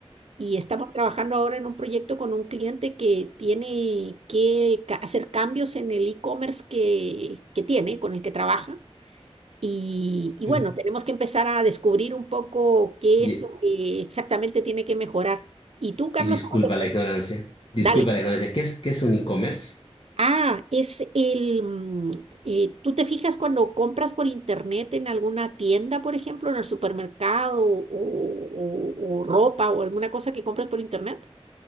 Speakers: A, on the right; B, on the left.
A: y estamos trabajando ahora en un proyecto con un cliente que tiene que ca- hacer cambios en el e-commerce que, que tiene, con el que trabaja. Y, y
B: Mm.
A: bueno, tenemos que empezar a descubrir un poco qué
B: Y,
A: es lo que exactamente tiene que mejorar. ¿Y tú, Carlos,
B: y disculpa
A: cómo te fue?
B: la ignorancia. Disculpa
A: Dale.
B: la ignorancia. ¿Qué es, qué es un e-commerce?
A: Ah, es el... mm, eh, ¿tú te fijas cuando compras por internet en alguna tienda, por ejemplo, en el supermercado o, o- o ropa o alguna cosa que compras por internet?